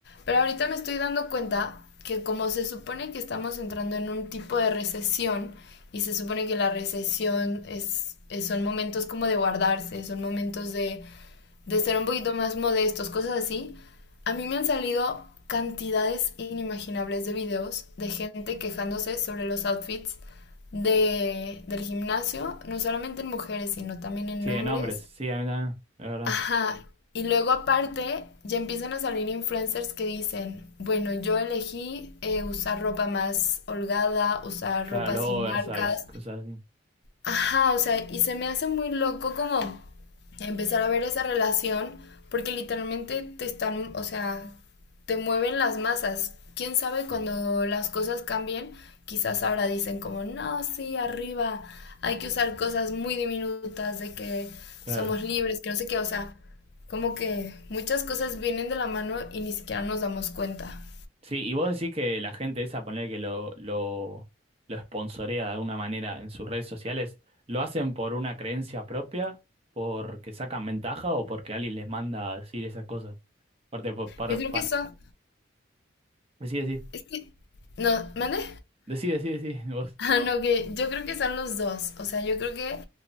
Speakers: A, on the left; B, on the right.
A: Pero ahorita me estoy dando cuenta que como se supone que estamos entrando en un tipo de recesión y se supone que la recesión es, es- son momentos como de guardarse, son momentos de de ser un poquito más modestos, cosas así, a mí me han salido cantidades inimaginables de videos de gente quejándose sobre los outfits de, del gimnasio, no solamente en mujeres, sino también en
B: sí,
A: hombres.
B: en hombres, sí, a mí también, es verdad.
A: Ajá. Y luego aparte ya empiezan a salir influencers que dicen, bueno, yo elegí eh, usar ropa más holgada, usar
B: Claro,
A: ropa
B: los
A: sin
B: oversize,
A: marcas,
B: cosas así,
A: Ajá, o sea, y se me hace muy loco como empezar a ver esa relación, porque literalmente te están, o sea, te mueven las masas. Quién sabe cuando las cosas cambien, quizás ahora dicen como, no, sí, arriba, hay que usar cosas muy diminutas, de que
B: claro.
A: somos libres, que no sé qué, o sea, como que muchas cosas vienen de la mano y ni siquiera nos damos cuenta.
B: Sí, y vos decís que la gente esa, poner que lo, lo, lo sponsorea de alguna manera en sus redes sociales, ¿lo hacen por una creencia propia? ¿Porque sacan ventaja o porque alguien les manda a decir esas cosas? Aparte, pa- para,
A: Yo creo
B: para-
A: que eso,
B: Decí, decí.
A: es que, no, ¿mande?
B: Decí, decí, decí, <laughs> vos.
A: Ah, no, que yo creo que son los dos. O sea, yo creo que